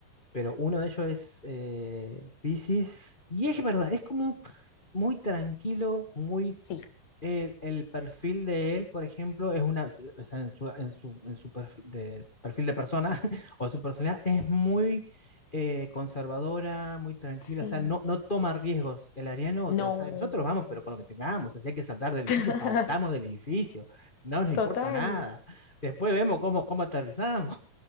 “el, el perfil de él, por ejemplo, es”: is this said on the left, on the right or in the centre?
Left